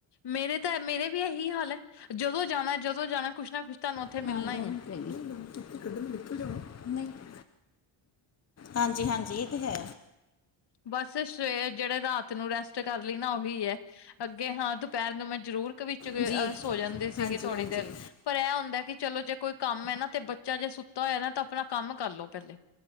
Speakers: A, on the left; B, on the left.
A: ਮੇਰੇ ਤਾਂ ਮੇਰੇ ਵੀ ਏਹੀ ਹਾਲ ਐ ਜਦੋਂ ਜਾਣਾ, ਜਦੋਂ ਜਾਣਾ ਕੁਛ ਨਾ ਕੁਛ ਤੁਹਾਨੂੰ ਉੱਥੇ
B: <unintelligible>
A: ਮਿਲਣਾ ਹੀ ਹੈ
B: ਹਾਂਜੀ-ਹਾਂਜੀ ਏ ਤੇ ਹੈ।
A: ਬਸ ਸਵੇਰੇ ਜੇੜੇ ਰਾਤ ਨੂੰ ਰੈਸਟ ਕਰ ਲਈ ਨਾ ਓਹੀ ਹੈ। ਅੱਗੇ ਹਾਂ ਦੁਪਹਿਰ ਨੂੰ ਮੈਂ ਜ਼ਰੂਰ ਕਵਿ ਚ ਅ
B: ਜੀ
A: ਸੋ ਜਾਂਦੀ ਸੀਗੀ
B: ਹਾਂਜੀ
A: ਥੋੜ੍ਹੀ
B: ਹਾਂਜੀ
A: ਦੇਰ ਪਰ ਐ ਹੁੰਦਾ ਕਿ ਚਲੋ ਜੇ ਕੋਈ ਕੰਮ ਐ ਨਾ ਤੇ ਬੱਚਾ ਜੇ ਸੁੱਤਾ ਹੋਇਆ ਨਾ ਤਾਂ ਅਪਨਾ ਕੰਮ ਕਰ ਲੋ ਪਹਿਲੇ।